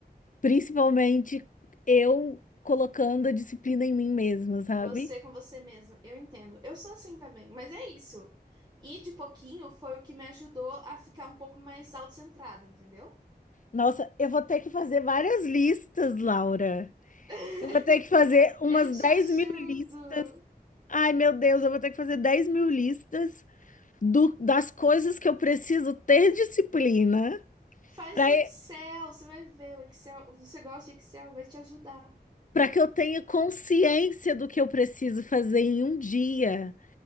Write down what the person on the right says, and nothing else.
Você com você mesma, eu entendo. Eu sou assim também, mas é isso. E de pouquinho foi o que me ajudou a ficar um pouco mais autocentrada, entendeu?
<laughs>
Eu te
ajudo.
Faz
no Excel, você vai ver. O Excel, você gosta de Excel, vai te ajudar.